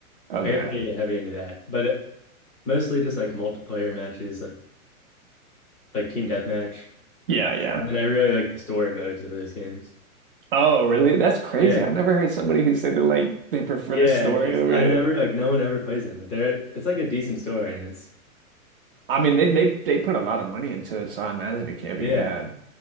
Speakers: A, on the right; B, on the left.
A: Okay.
B: I got pretty heavy into that. But it, mostly just like multiplayer matches, like like team deathmatch.
A: Yeah, yeah.
B: And I really like the story modes of those games.
A: Oh, really? That's crazy.
B: Yeah.
A: I've never heard somebody who said that like they prefer
B: Yeah,
A: this story
B: it's
A: over
B: I
A: it.
B: never like no one ever plays them, but they're it's like a decent story and it's
A: I mean, they they they put a lot of money into it, so I imagine it can't be
B: yeah.
A: bad.